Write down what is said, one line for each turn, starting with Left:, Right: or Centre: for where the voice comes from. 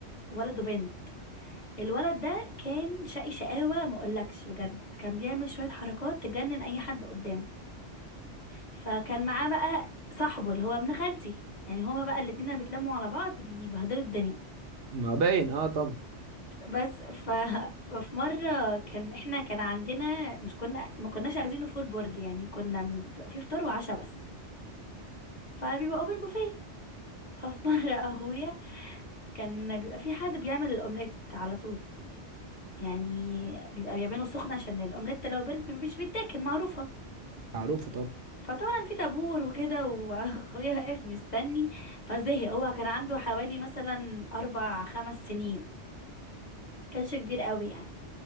Left: ولد وبنت الولد ده كان شقي شقاوة ما اقولكش بجد كان بيعمل شوية حركات تجنن اي حد قدامه فكان معاه بقى صاحبه اللي هو ابن خالتي يعني هما بقى الاتنين لما بيتلموا على بعض بيبهدلوا الدنيا
Right: ما باين اه طبعا
Left: بس ف... <laughs> ففي مرة كان احنا كان عندنا مش كنا ما كناش اخدينه فول بورد يعني كنا من- بيبقى فيه فطار وعشاء بس فبيبقى اوبن بوفيه <laughs> ففي مرة اخويا كان بيبقى في حد بيعمل الاومليت على طول يعني بيبقى بيعمله سخن عشان الاومليت لو برد مش بيتاكل معروفة
Right: معروفه طبعا
Left: فطبعا في طابور وكده واخويا <laughs> واقف مستني فزهق هو كان عنده حوالي مثلا اربع خمس سنين كانش كبير قوي يعني